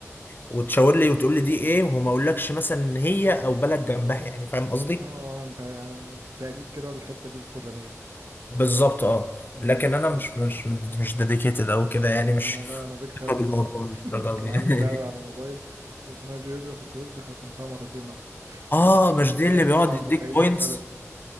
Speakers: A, on the left; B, on the right.
A: وتشاور لي وتقول لي دي ايه وما اقولكش مثلا إن هي او بلد جنبها يعني فاهم قصدي
B: اه انت يعني بالتقريب كده الحتة دي الفلانية
A: بالظبط اه
B: <laughs>
A: لكن انا مش مش مش ديديكيتد او كده يعني مش
B: انا لا انا بيك فان
A: بفهم
B: بصراحة
A: بالموضوع للدرجه
B: <laughs> كان
A: دي
B: عندي لعبة
A: <laughs>
B: على الموبايل اسمها جيوغرافي كويز ختمتها مرتين مثلا
A: اه
B: <laughs>
A: مش دي
B: هي
A: اللي
B: 97
A: بيقعد يديك بوينتس
B: بلد